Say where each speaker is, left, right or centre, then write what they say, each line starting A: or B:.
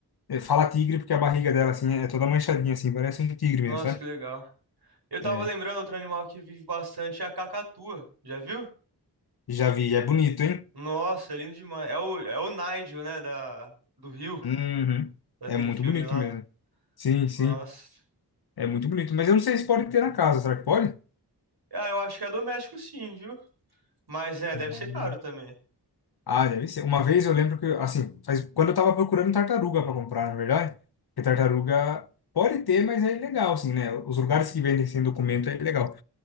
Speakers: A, on the left (about 65°); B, on the right (about 65°).
A: É, Fala tigre porque a barriga dela, assim, é toda manchadinha, assim, parece um tigre mesmo,
B: Nossa,
A: sabe?
B: que legal. Eu tava
A: É,
B: lembrando outro animal que vive bastante é a cacatua. Já viu?
A: já vi, é bonito, hein?
B: Nossa, é lindo demais. É o é o Nigel, né, da do Rio,
A: Uhum.
B: daquele
A: É muito
B: filme
A: bonito
B: lá.
A: mesmo. Sim,
B: Nossa.
A: sim, é muito bonito. Mas eu não sei se pode ter na casa, será que pode?
B: Ah, eu acho que é doméstico sim, viu? Mas é,
A: Hum.
B: deve ser caro também.
A: Ah, deve ser. Uma vez eu lembro que, assim, faz... quando eu tava procurando tartaruga para comprar, na verdade, porque tartaruga pode ter, mas é ilegal, assim, né? Os lugares que vendem sem documento é ilegal.